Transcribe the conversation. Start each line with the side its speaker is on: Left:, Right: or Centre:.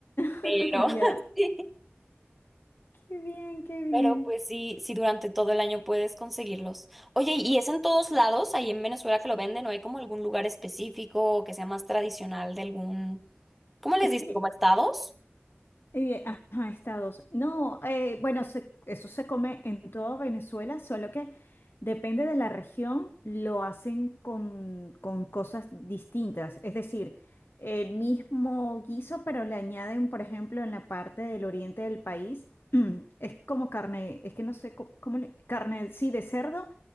Left: <laughs>
Centre: Pero, <laughs>
Left: Ya,
Centre: sí,
Left: qué bien, qué bien.
Centre: pero pues sí, sí, durante todo el año puedes conseguirlos. Oye, ¿y es en todos lados, ahí en Venezuela que lo venden? ¿O hay como algún lugar específico que sea más tradicional de algún... ¿Cómo les
Left: Es
Centre: dicen?
Left: que
Centre: ¿Como estados?
Left: Eh, ajá, estados. No, eh, bueno, se- eso se come en toda Venezuela, solo que depende de la región, lo hacen con, con cosas distintas. Es decir, el mismo guiso, pero le añaden, por ejemplo, en la parte del oriente del país, <clears throat> es como carne, es que no sé cómo, cómo le- carne, sí, de cerdo,